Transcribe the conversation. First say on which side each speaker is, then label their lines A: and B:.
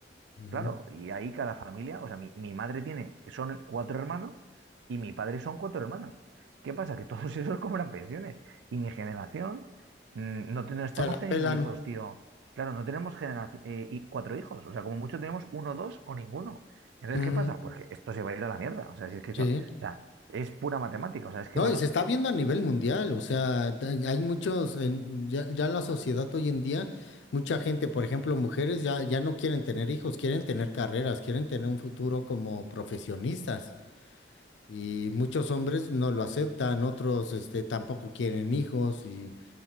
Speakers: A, on the left (about 80°); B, on the right (about 80°).
A: ujú.
B: Claro, y ahí cada familia, o sea, mi, mi madre tiene, son cuatro hermanos y mi padre son cuatro hermanos. ¿Qué pasa? Que <laughs> todos esos cobran pensiones y mi generación mm, no, te- no estamos
A: Se la
B: teniendo
A: pelan.
B: hijos, tío. Claro, no tenemos generaci- eh, y cuatro hijos, o sea, como mucho tenemos uno, dos o ninguno. Entonces,
A: Ujú,
B: ¿qué pasa? Pues que esto se va a ir a la mierda, o sea, si es que esto,
A: Sí.
B: o sea, es pura matemática, o sea, es que
A: No,
B: no
A: y
B: da.
A: se está viendo a nivel mundial, o sea, ta- hay muchos, en- ya, ya la sociedad hoy en día, mucha gente, por ejemplo, mujeres ya, ya no quieren tener hijos, quieren tener carreras, quieren tener un futuro como profesionistas. Y muchos hombres no lo aceptan, otros este, tampoco quieren hijos y